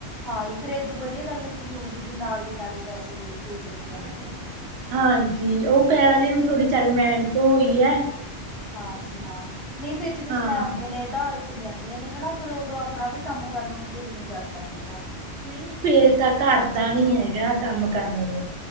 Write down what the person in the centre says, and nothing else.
ਹਾਂ ਜੀ ਫੇਰ ਏਦੋਂ ਵਧੀਆ ਗੱਲ ਕੀ ਹੋਊਗੀ ਵੀ ਨਾਲ ਦੀ ਨਾਲ ਹੀ ਪੈਸੇ ਦੇ ਦਿੰਦੀਆਂ
ਨੇਗੀਆਂ
ਹਾਂਜੀ ਹਾਂ ਨਹੀਂ ਵਿੱਚ ਵਿੱਚ
ਤਾਂ ਹੁੰਦੇ ਨੇ ਧਾਰ ਕਰੀ ਜਾਂਦੀਆਂ ਨੇ ਹਨਾ ਫੇਰ ਉਦੋਂ ਆਪਣਾ ਵੀ ਕੰਮ ਕਰਨ ਨੂੰ ਦਿਲ ਨੀ ਕਰਦਾ ਹੈਗਾ